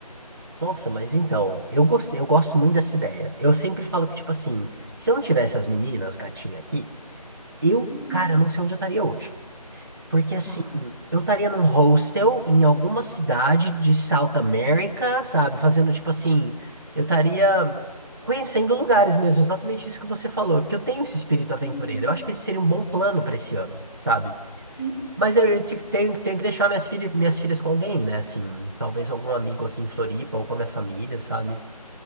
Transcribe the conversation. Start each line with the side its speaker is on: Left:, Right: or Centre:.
Right: Nossa, mas então, eu gostei, eu gosto muito dessa ideia. Eu sempre falo que, tipo assim, se eu não tivesse as meninas, gatinhas aqui, eu,
Left: Uhum.
Right: cara, não sei onde eu estaria hoje. Porque, assim,
Left: Tá.
Right: eu estaria num hostel em alguma cidade de South America, sabe? Fazendo, tipo assim, eu estaria conhecendo lugares mesmo, exatamente isso que você falou. Porque eu tenho esse espírito aventureiro.
Left: Uhum.
Right: Eu acho que esse seria um bom plano pra esse ano, sabe?
Left: Sim.
Right: Mas eu eu te- tenho, tenho que deixar minhas filhas, minhas filhas com alguém, né? Assim, talvez algum amigo aqui em Floripa ou com a minha família, sabe?